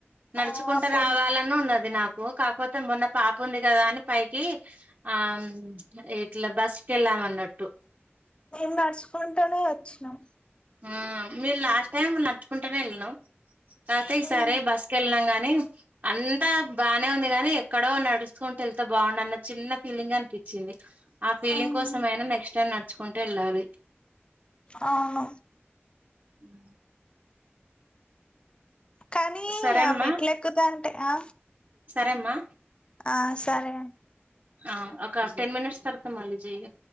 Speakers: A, on the right; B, on the left.
A: నడుచుకుంటూ
B: ఆ అప్పుడు
A: రావాలనున్నది నాకు కాకపోతే మొన్న పాప ఉంది కదా అని పైకి ఆ ఇట్ల బస్కిళ్లామన్నట్టు
B: మేం నడుచుకుంటానే వచ్చినం
A: ఆ మీము లాస్ట్ టైం నడుచుకుంటేనే వెళ్ళాం కాపోతే ఈసారే
B: ఉమ్
A: బస్సుకేళ్ళినం గానీ కానీ అంతా బానే ఉంది గాని ఎక్కడో నడుచుకుంటూ వెళ్తే బాగుండన్ని చిన్న ఫీలింగ్ అనిపించింది ఆ ఫీలింగ్
B: ఉమ్
A: కోసమైనా నెక్స్ట్ టైం నడుచుకుంటేళ్ళాలి
B: ఆవును
A: ఉహ్
B: కానీ
A: సరేమ్మా
B: ఆ మెట్టేక్కుతాంటే ఆ
A: సరేమ్మా
B: ఆ సరే అండి
A: ఆ ఒక టెన్మినిట్స్ తర్వాత మళ్ళీ చెయు